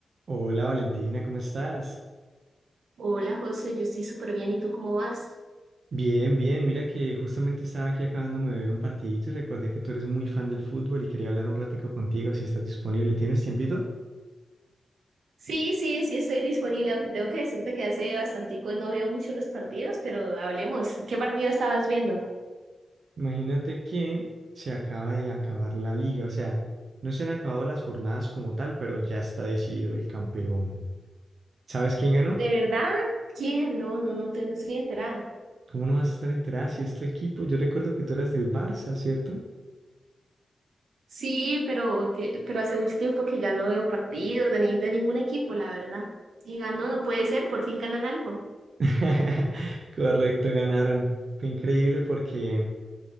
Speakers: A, on the right; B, on the right.
A: Hola Valentina, ¿cómo estás?
B: Hola José, yo estoy súper bien. ¿Y tú cómo vas?
A: Bien, bien, mira que justamente estaba aquí acabándome de ver un partidito y recordé que tú eres muy fan del fútbol y quería hablar un ratico contigo si estás disponible. ¿Tienes tiempito?
B: Sí, sí, sí estoy disponible, aunque tengo que decirte que hace bastantico no veo mucho los partidos, pero hablemos. ¿Qué partido estabas viendo?
A: Imagínate que se acaba de acabar la liga, o sea, no se han acabado las jornadas como tal, pero ya está decidido el campeón. ¿Sabes quién ganó?
B: ¿De verdad? ¿Quién? No, no, no, te- no estoy enterada.
A: ¿Cómo no vas a estar enterada si es tu equipo? Yo recuerdo que tú eras del Barça, ¿cierto?
B: Sí, pero, te- pero hace mucho tiempo que ya no veo partidos de, ni- de ningún equipo, la verdad. Y ganó, no puede ser, por fin ganan algo.
A: <laughs> Correcto, ganaron. Fue increíble porque